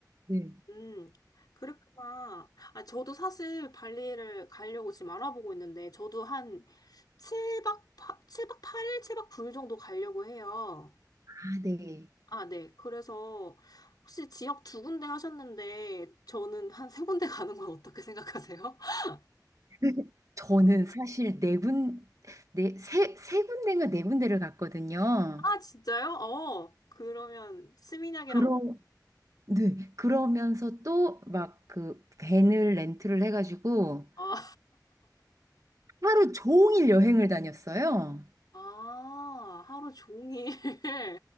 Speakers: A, on the right; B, on the left.
A: 네.
B: 음, 그랬구나. 아, 저도 사실 발리를 가려고 지금 알아보고 있는데, 저도 한 7박, 칠박 8일, 7박 9일 정도 가려고 해요.
A: 아, 네.
B: 아, 네. 그래서 혹시 지역 두 군데 하셨는데, 저는 한 세 군데 가는 건 어떻게 생각하세요? <laughs>
A: <laughs> 저는 사실 네 군, 네, 세, 세 군데인가 네 군데를 갔거든요.
B: 아, 진짜요? 어, 그러면 스미냑이랑,
A: 그럼 네. 그러면서 또 막 그 밴을 렌트를 해가지고
B: 아,
A: 하루 종일 여행을 다녔어요.
B: 아, 하루 종일. <laughs>